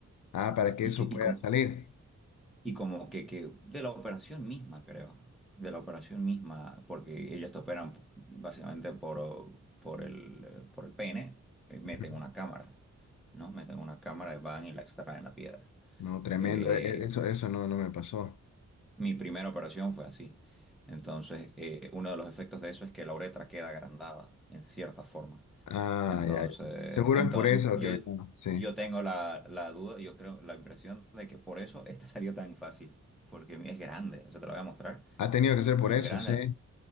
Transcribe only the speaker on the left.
ah, para que
eso
pueda
salir.
<laughs> Ujú.
No, tremendo.
E- e- Eso, eso no, no me pasó.
Ah,
ya. ya. Seguro
es por eso
que no, sí.
Ha tenido que ser
por
eso,
sí.